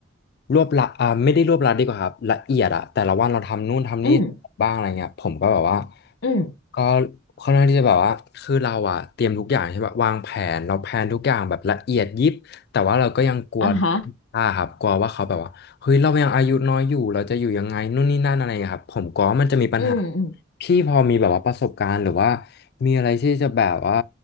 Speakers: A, on the left; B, on the left.
A: รวบละอ่าไม่ได้รวบลัดดีกว่าครับละเอียดอะแต่ละวันเราทำนู่นทำนี่
B: อืม
A: บ้างอะไรเงี้ยผมก็แบบว่า
B: อืม
A: ก็ค่อนข้างที่จะแบบว่าคือเราอะเตรียมทุกอย่างใช่ปะวางแผนเราแผนทุกอย่างแบบละเอียดยิบ แต่ว่าเราก็ยังกลัว
B: อ่าฮะ
A: อ่าครับกลัวว่าเขาแบบว่าเฮ้ยเรายังอายุน้อยอยู่เราจะอยู่ยังไงนู่นนี่นั่นอะไรอย่างเงี้ยครับผมกลัวว่ามันจะมีปัญหา
B: อืมอืม
A: พี่พอมีแบบว่าประสบการณ์หรือว่ามีอะไรที่จะแบบว่า